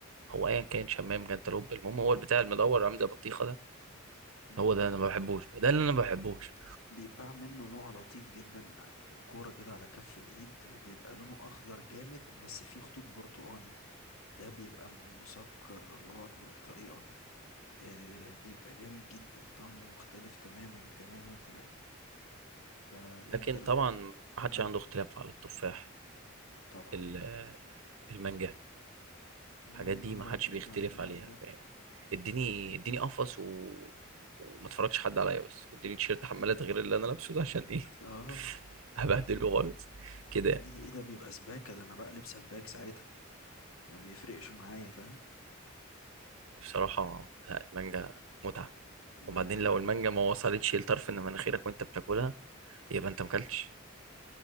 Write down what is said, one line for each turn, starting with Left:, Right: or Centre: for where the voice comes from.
Right: هو ايا كان شمام جنتلوب المهم هو البتاع المدور عامل زي البطيخه ده
Left: مم،
Right: هو ده
Left: ال-
Right: انا ما بحبوش ده اللي
Left: ال-
Right: انا ما بحبوش
Left: بيتباع منه نوع لطيف جدا ع- كورة كده على كف الايد وبيبقى لونه اخضر جامد بس فيه خطوط برتقاني ده بيبقى مسكر الله اكبر بطريقة آه بيبقى جامد جدا طعمه مختلف تماما تماما تماما فده
Right: لكن
Left: انت لو
Right: طبعا ما حدش
Left: لو
Right: عنده اختلاف على التفاح
Left: طبعا
Right: ال- المانجا الحاجات
Left: يا
Right: دي
Left: نهار
Right: ما حدش
Left: ابيض
Right: بيختلف
Left: على المانجا
Right: عليها فاهم اديني اديني قفص و... وما اتفرجش حد عليا بس واديني تيشيرت حمالات غير اللي انا لابسه ده عشان ايه
Left: اه
Right: <laughs> هبهدله خالص كده
Left: عندنا
Right: يعني.
Left: ايه ده بيبقى سباكة ده انا بقلب سباك ساعتها ما بيفرقش معايا فاهم
Right: بصراحه لا المانجا متعه
Left: المانجا
Right: وبعدين
Left: بقى
Right: لو
Left: ال...
Right: المانجا ما وصلتش لطرف ان مناخيرك وانت بتاكلها يبقى انت مكلتش